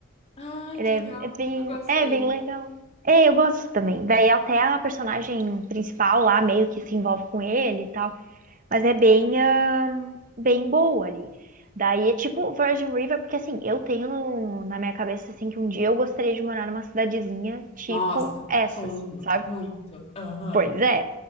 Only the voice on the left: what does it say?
Ai,
que
legal.
Eu gosto
dele.
Nossa,
sonho.
Muito. Aham.